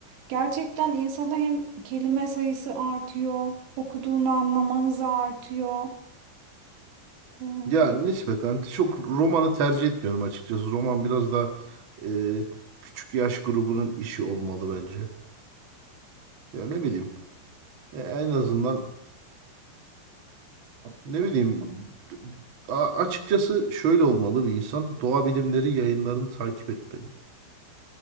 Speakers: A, on the right; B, on the right.
A: gerçekten insana hem kelime sayısı artıyor, okuduğunu anlama hızı artıyor. E,
B: Ya nispeten çok romanı tercih etmiyorum açıkçası. Roman biraz daha e, küçük yaş grubunun işi olmalı bence. E, ya ne bileyim. E, en azından ne bileyim. A- açıkçası şöyle olmalı bir insan. Doğa bilimleri yayınlarını takip etmeli.